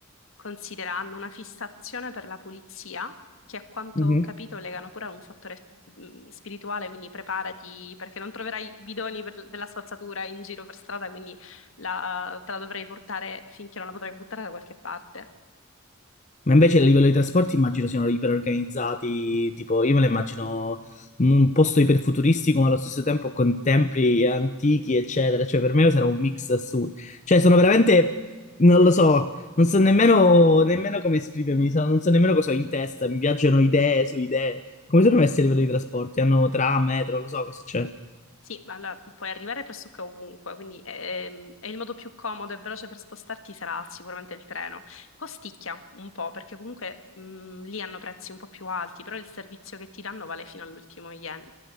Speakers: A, on the left; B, on the left.
A: considera, hanno una fissazione per la pulizia, che a quanto
B: Mhm.
A: ho capito legano pure a un fattore mh, spirituale, quindi preparati perché non troverai bidoni per- della spazzatura in giro per strada, quindi la- te la dovrei portare finché non la potrai buttare da qualche parte.
B: Ma invece a livello di trasporti immagino siano iperorganizzati, tipo io me lo immagino un posto iperfuturistico ma allo stesso tempo con templi antichi eccetera, cioè per me sarà un mix assurdo, cioè sono veramente, non lo so, non so nemmeno, nemmeno come esprimermi, so- non so nemmeno cosa ho in testa, mi viaggiano idee su idee, come sono messi a livello di trasporti, hanno tram, metro, non lo so cosa c'è.
A: Sì, ma allora puoi arrivare pressoché ovunque, quindi ehm, è il modo più comodo e veloce per spostarti sarà sicuramente il treno. Costicchia un po', perché comunque mh, lì hanno prezzi un po' più alti, però il servizio che ti danno vale fino all'ultimo yen.